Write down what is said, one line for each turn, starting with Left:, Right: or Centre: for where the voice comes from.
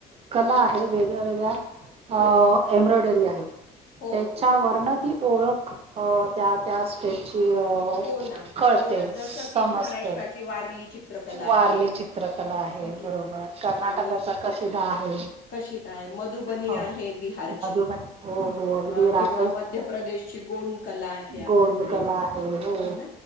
Right: कला आहे वेगळ्या वेगळ्या
Left: हो,
Right: अ एम्ब्रॉयडरी आहे
Left: हो,
Right: त्याच्या
Left: हो,
Right: वर्ण ती ओळख त्या त्या स्टेजची
Left: हो ना,
Right: कळते
Left: हो ना. जसं
Right: समजते
Left: की महाराष्ट्राची वारली चित्रकला
Right: वारली
Left: आहे,
Right: चित्रकला आहे. बरोबर
Left: की नाही?
Right: कर्नाटकाचा
Left: आणि
Right: <unintelligible> आहे.
Left: कशिदा आहे, मधुबनी
Right: हो
Left: आहे बिहारची
Right: मधुण हो हो अगदी
Left: अ,
Right: रात
Left: किंवा मध्य प्रदेशची गोंड कला आहे आपल्याकडे,
Right: गोंदकला आहे हो
Left: है ना?